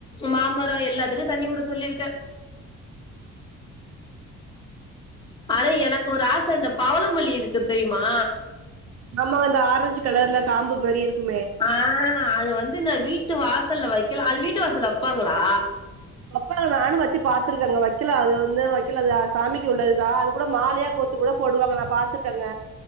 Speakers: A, on the left; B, on the right.
A: மாமரோ எல்லாத்துக்கு தண்ணி உட சொல்லிருக்கே. ஆனா எனக்கு ஒரு ஆச இந்த பவளமல்லி இருக்கு தெரிமா?
B: ஆமா அந்த ஆரஞ்சு கலர்ல காம்பு மாரி இருக்குமே.
A: ஆ அது வந்து நா வீட்டு வாசல்ல வெக்கல அது வீட்டு வாசல்ல வெப்பாங்களா?
B: வெப்பாங்க நானு வெச்சு பாத்துருக்கங்க வெக்கலா அது வந்து வெக்கலா அது சாமிக்கு உள்ளது தா அது கூட மாலையா கோ த்து கூட போடுவாங்க நா பாத்துருக்கங்க.